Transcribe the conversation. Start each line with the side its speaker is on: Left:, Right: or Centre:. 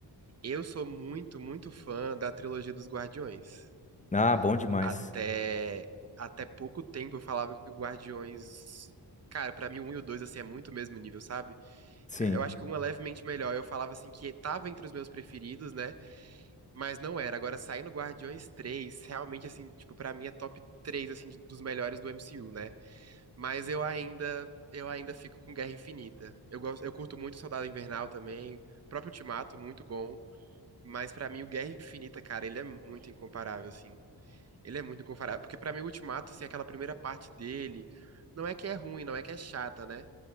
Right: Eu sou muito, muito fã da trilogia dos Guardiões.
Left: Ah, bom demais.
Right: Até, até pouco tempo eu falava que o Guardiões. Cara, pra mim o 1 e o 2 assim é muito o mesmo nível, sabe?
Left: Sim,
Right: Eu acho que um é levemente melhor. Eu falava assim que tava entre os meus preferidos, né? Mas não era. Agora, saindo Guardiões 3 realmente, assim, tipo, pra mim é top 3 assim, de- dos melhores do MCU, né? Mas eu ainda, eu ainda fico com Guerra Infinita. Eu gosto, eu curto muito Soldado Invernal também, o próprio Ultimato, muito bom. Mas pra mim, o Guerra Infinita, cara, ele é muito incomparável, assim. Ele é muito incomparável. Porque pra mim, o Ultimato, assim, aquela primeira parte dele, não é que é ruim, não é que é chata, né?